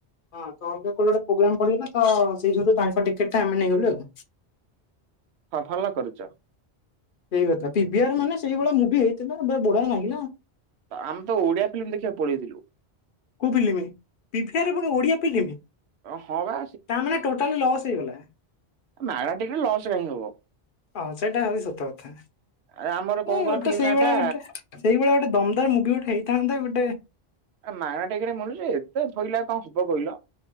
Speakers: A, on the left; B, on the right.
A: ହଁ ତଟେ ଗୋଟେ ପ୍ରୋଗ୍ରାମ ପଡିଗଲା ତ ସେଇଉୁ ତାଙ୍କ ଟିକେଟ ଟା ଆମେ ନେଇଗଲୁ ଆଉ।
B: ଭଲ କରିଛ।
A: ସେଇ କଥା ପିିଭିଆର ମାନେ ସେଇଭଳିଆ ମୁଭି ହେଇଥିଲା ବଡ ଲାଗିଲା।
B: ଆମେ ତ ଓଡିଆ ଫିଲ୍ମ ଦେଖିବାକୁ ପଳେଆଇଥିଲୁ।
A: କଉ ଫିଲିମି। ପିଭିଆର ରେ ପୁଣି ଓଡିଆ ଫିଲମ
B: ହଁ ବା
A: ତାମାନୋନ ଟୋଟାଲି ଲସ୍ ହେଇଗଲା।
B: ନାଇ ମ କଣ ଲୋସ କାଇ ହବ?
A: ହଁ ସେଇଟା ହେବ ସତ କଥା।
B: ଆ ଆମର
A: ନାଇଁ
B: କଣ କହିଲ
A: ଗୋଟେ
B: ଫିଲ୍ମ
A: ସେଇଭଳିଆ
B: ନା ଟା
A: ଗୋଟେ ସେଇଭଳି ଗୋଟେ ଦମଦାର ମୁଭି ଗୋଟେ ହେଇଥାନ୍ତା ଗୋଟେ
B: ଏ ମାଗଣା ଟ ଗଟେ ମୁଲୁଛି ଏତେ ଭଇଲାଉ କଣ ହବ କହିଲ?